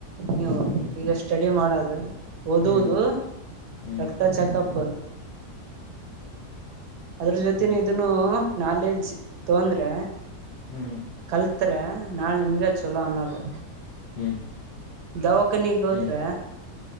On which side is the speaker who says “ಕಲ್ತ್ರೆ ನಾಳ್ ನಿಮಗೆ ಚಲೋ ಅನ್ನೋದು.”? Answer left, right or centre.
Right